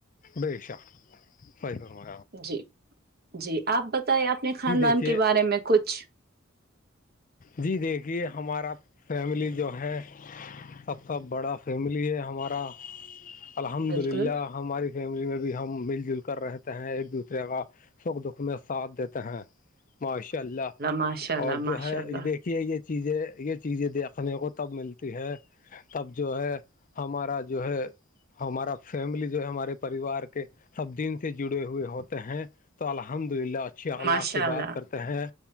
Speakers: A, on the left (about 40°); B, on the right (about 50°).
A: بیےشا صائی فما
B: جی جی آپ بتائے آپنے خاندان
A: جی دیکھیے
B: کے بارے میں کچھ
A: جی دیکھیے ہمارا فیملی جو ہے سب سے بڑا فیملی ہے ہمارا الحمد
B: بالکل
A: للہ ہماری فیملی میں بھی ہم مل جل کر رہتے ہیں ایک دوسرے کا سکھ دکھ میں ساتھ دیتے ہیں ماشاء اللہ
B: ماشاء اللہ
A: اور جو
B: ماشاء
A: ہے
B: اللہ
A: یہ دیکھیے یہ چیزیں یہ چیزیں دیکھنے کو تب ملتی ہے تب جو ہے ہمارا جو ہے ہمارا فیملی جو ہے ہمارے پریوار کے سب دن سے جڑے ہوئے ہوتے ہیں تو الحمد للہ اچھے اخلاق
B: ماشاء
A: سے
B: اللہ
A: بات کرتے ہیں